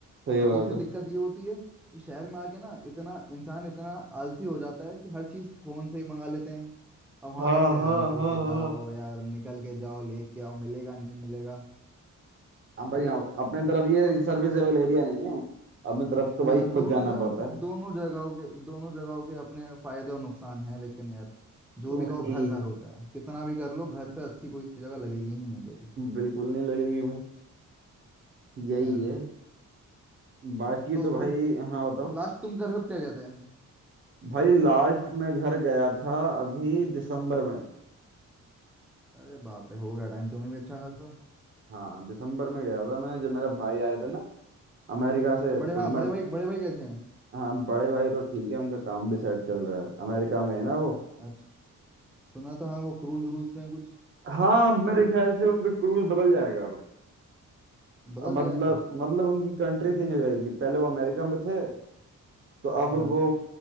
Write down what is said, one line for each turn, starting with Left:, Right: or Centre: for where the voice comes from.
Right: सही
Centre: और दूसरी
Right: बात है
Centre: दिक्कत ये होती है कि शहर में आके ना इतना इंसान इतना आलसी हो जाता है कि हर चीज फोन से ही मंगा लेते हैं अब वहां
Right: हाँ
Centre: लगता
Right: हाँ
Centre: है यार निकल
Right: हाँ
Centre: के जाओ
Right: हाँ
Centre: यार निकल के जाओ लेके आओ मिलेगा नहीं मिलेगा
Right: हाँ भाई आप, अपने तरफ
Centre: यार चलो
Right: ये सर्विसेबल
Centre: दो
Right: एरिया नहीं है अपने तरफ तो
Centre: अ,
Right: भाई खुद
Centre: दोनों
Right: जाना
Centre: ज-
Right: पड़ता है
Centre: दोनों जगहों के दोनों जगहों के अपने फायदे और नुकसान हैं लेकिन यार जो
Right: वही
Centre: भी कहो घर घर होता है कितना भी कर लो घर से अच्छी कोई जगह लगेगी ही नहीं कभी
Right: बिल्कुल नहीं लगेगी भाई यही
Centre: हाँ
Right: है बाकी
Centre: तो
Right: तो भाई
Centre: फिर
Right: हाँ बताओ
Centre: लास्ट तुम कर कब क्या कहते हैं
Right: भाई लास्ट में घर गया था अभी दिसंबर में
Centre: अरे बाप रे हो गया टाइम तुम्हें भी अच्छा खासा
Right: हाँ दिसंबर में गया था मैं जब मेरे भाई आए थे ना अमेरिका से
Centre: अरे बड़े
Right: तो
Centre: हाँ
Right: मैं
Centre: बड़े भाई बड़े भाई कैसे हैं
Right: हाँ बड़े भाई तो ठीक है उनका काम भी सेट चल रहा है अमेरिका में है ना वो
Centre: अच्छा सुना था हाँ वो क्रूज व्रूज में कुछ
Right: हाँ अब मेरे ख्याल से उनका क्रूज बदल जाएगा अब
Centre: बदल
Right: अब मतलब
Centre: जाएगा
Right: मतलब उनकी कंट्री चेंज हो जाएगी पहले वो अमेरिका में थे तो अब
Centre: हाँ
Right: वो